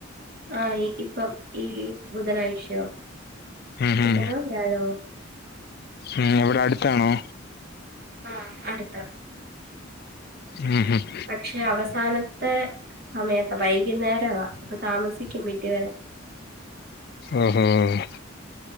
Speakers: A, on the right (about 50°); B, on the left (about 50°).
A: ആഹ് ഇപ്പം ഈ ബുധനാഴ്ചയോ
B: ഹു ഹും
A: ബുധനോ വ്യാഴവോ
B: ഉം അവിടെ അ ടുത്താണോ.
A: ആഹ അടുത്ത.
B: ഹു ഉം.
A: പക്ഷെ അവസാനത്തെ സമയത്ത വൈകുന്നേരവാ ഇപ്പൊ താമസിക്കും വീട്ടി വരാൻ.
B: അ ഹാ ഹാ ഹ.